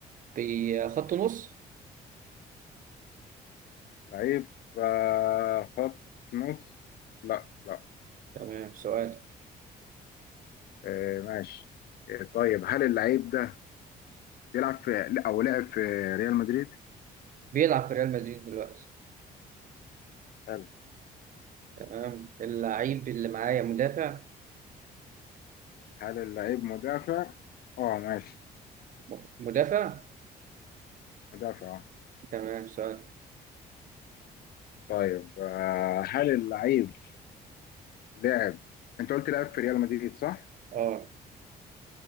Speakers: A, on the right (about 55°); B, on the left (about 70°).
A: بخط نص
B: لعيب آه، خط نص لا لا
A: تمام سؤال
B: آه، ماشي آه، طيب هل اللعيب ده بيلعب في لا، او لعب في ريال مدريد؟
A: بيلعب في ريال مدريد دلوقتي
B: حلو
A: تمام اللعيب اللي معايا مدافع
B: هل اللعيب مدافع؟ اه ماشي
A: م- مدافع
B: مدافع اه
A: تمام سؤال
B: طيب آه، هل اللعيب لعب انت قلت لعب في ريال مدريد صح؟
A: اه